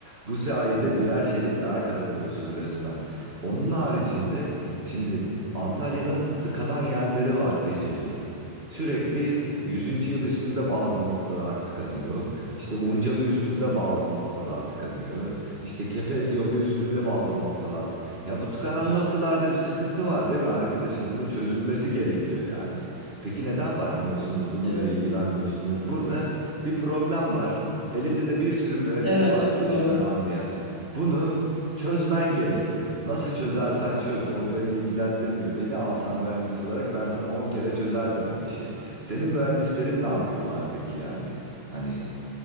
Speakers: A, on the right (about 65°); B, in the centre.
A: Bu sayede birer şerit daha kazanıyorsun resmen. Onun haricinde şimdi Antalya'nın tıkanan yerleri var belirli. Sürekli yüzüncü yıl üstünde bazı noktalar tıkanıyor. İşte Uncalı üstünde bazı noktalar tıkanıyor. İşte Kepez yolu üstünde bazı noktalar tık. Ya bu tıkanan
B: evet,
A: noktalarda bir sıkıntı var değil mi arkadaşım? Bunun çözülmesi gerekiyor yani. Peki neden bakmıyorsunuz? Bununla
B: evet.
A: ilgilenmiyorsunuz? Burada bir problem var. Elinde de bir sürü mühendis
B: Evet,
A: var
B: çok
A: bu işten
B: doğru.
A: anlayan. Bunu çözmen gerekiyor. Nasıl çözersen çöz, o beni ilgilendirmiyor. Beni alsan mühendis olarak ben sana 10 kere çözerdim o işi. Senin mühendislerin ne yapıyorlar peki yani? Hani